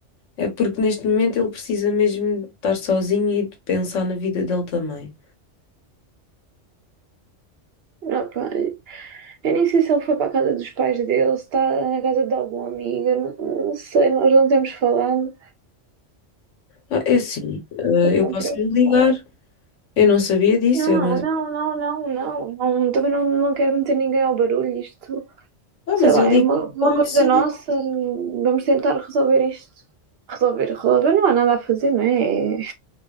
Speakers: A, on the left; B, on the right.
A: é porque neste momento ele precisa mesmo de estar sozinho e de pensar na vida dele também.
B: Não, pá, Eu nem sei se ele foi para a casa dos pais dele, se está na casa de algum amigo, eu não, não sei, nós não temos falado.
A: Ah, É assim, ah,
B: Eu estou
A: eu
B: tão
A: posso
B: preocupada.
A: lhe ligar, eu não sabia disso,
B: Não,
A: eu- mas,
B: não, não, não, não, não, também não, não quero meter ninguém ao barulho, isto,
A: ah,
B: sei
A: mas
B: lá,
A: eu
B: é
A: ligo
B: uma, uma
A: como
B: coisa
A: se.
B: nossa, vamos tentar resolver isto. Resolver, resolver, não há nada a fazer, não é? É,